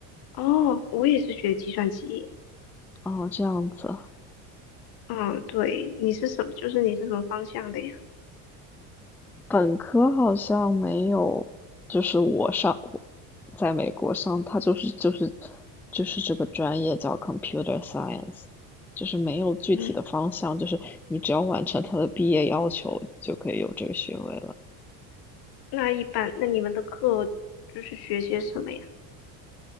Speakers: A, on the left; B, in the centre.
A: 哦，我也是学计算机。
B: 哦，这样子。
A: 嗯，对，你是什么？就是你是什么方向的呀？
B: 本科好像没有，就是我上我在美国上，它就是就是就是这个专业叫 computer science，就是没有具体的方向，
A: 嗯，
B: 就是你只要完成它的毕业要求就可以有这个学位了。
A: 那一般，那你们的课就是学些什么呀？